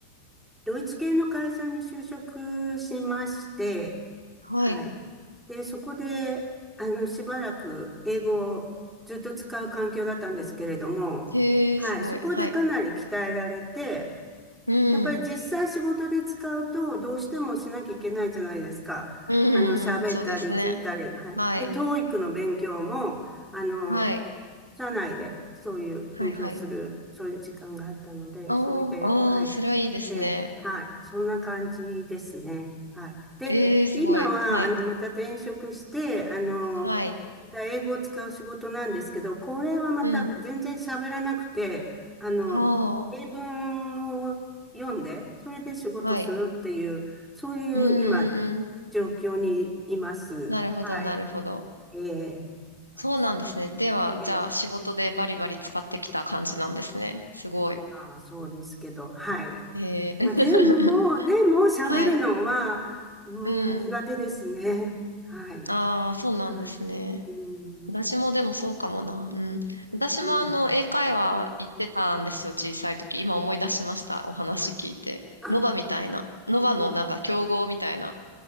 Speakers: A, in the centre; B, on the right (about 85°).
A: ドイツ系の会社に就職しまして、
B: はい。
A: はい。で、そこで、あの、しばらく英語をずっと使う環境だったんですけれども、
B: へえ、
A: はい。
B: すごい。
A: そこでかなり鍛えられて、
B: はい。うん。
A: やっぱり実際仕事で使うと、どうしてもしなきゃいけないじゃないですか。
B: うーん、
A: あの、喋ったり聞いたり、
B: そうですね。
A: はい。
B: はい、
A: で、t o の勉強も、あの、
B: はい、
A: 社内でそういう勉強する、
B: はい、はい。
A: そういう時間があったので、
B: ああ、
A: それで、
B: ああ、
A: はい。
B: それはいいですね。
A: で、はい。そんな感じですね。はい。で、
B: ええ、すごい。
A: 今は、
B: はい、
A: あの、また転職して、あの、
B: はい。
A: 英語を使う仕事なんですけど、これはまた全然喋らなくて、
B: うん。
A: あの、
B: はあ、
A: 英文を読んで、それで仕事するっていう、
B: はい。
A: そういう今、
B: うんうんうん。
A: 状況にいます。
B: なるほど、
A: はい。
B: なるほど。
A: ええ、そうですね。
B: そうなんですね。では、
A: ええ、
B: じゃあ、仕事でバリバリ使ってきた感じなんですね。すごい。
A: まあそうですけど、はい。
B: えー
A: まあでも、
B: <laughs>、
A: でも喋るのは、
B: はい。
A: うん、
B: うん。
A: 苦手ですね。はい。
B: ああ、そうなんですね。
A: はい。うん、
B: 私もでもそうかもな。うん。私もあの、
A: うん、
B: 英会話行ってたんですよ、小さい時。今思い出しました。お話聞いて。
A: はい。あ、
B: ノバみたいな。ノバのなんか競合みたいな、
A: ええ